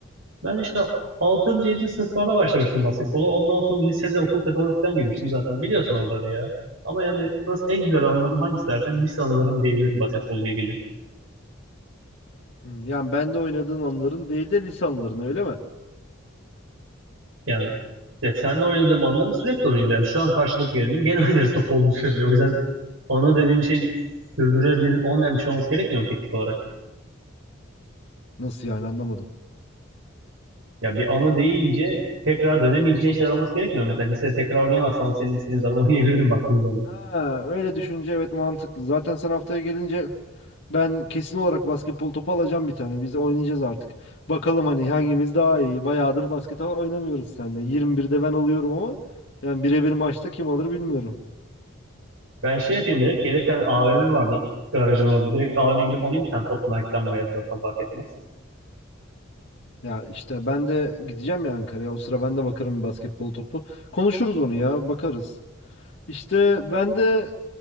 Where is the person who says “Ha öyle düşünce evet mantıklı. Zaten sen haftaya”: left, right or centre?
Left